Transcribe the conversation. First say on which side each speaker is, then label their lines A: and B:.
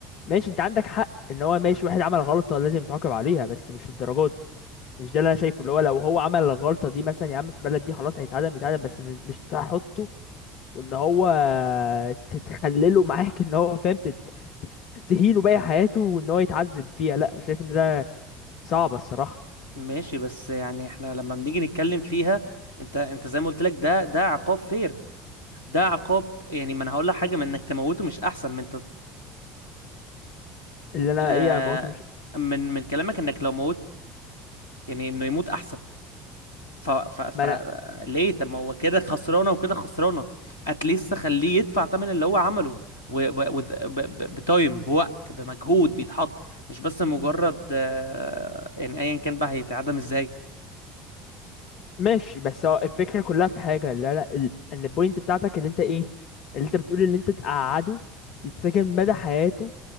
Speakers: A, on the left (about 55°); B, on the left (about 85°).
A: ماشي انت عندك حق ان هو ماشي واحد عمل غلطة لازم يتعاقب عليها بس مش الدرجة دي مش ده اللي انا شايفه اللي هو لو هو عمل الغلطة دي مثلا يا عم في بلد دي خلاص هيتعدم يتعدم بس م- مش تحطه وان هو تتخلله معاك ان هو فاهم تت... تهينه باقي حياته وان هو يتعذب فيها لا شايف ان ده صعب الصراحة
B: ماشي بس يعني احنا لما بنيجي نتكلم فيها انت انت زي ما قلت لك ده ده عقاب فير ده عقاب يعني ما انا هقول لك حاجة من انك تموته مش احسن من انت
A: اللي انا
B: آه
A: ايه اموته مش
B: من من كلامك انك لو موت يعني انه يموت احسن ف... ف... ف
A: ما انا
B: ليه طب ما هو كده خسرانه وكده خسرانه اتليست خليه يدفع ثمن اللي هو عمله و... و... وذ- ب... ب... بتايم بوقت بمجهود بيتحط مش بس مجرد آه، يعني ايا كان بقى هيتعدم ازاي
A: ماشي بس هو الفكرة كلها في حاجة لا لا ال... ان البوينت بتاعتك اللي انت ايه اللي انت بتقول اللي انت تقعده يتسجن مدى حياته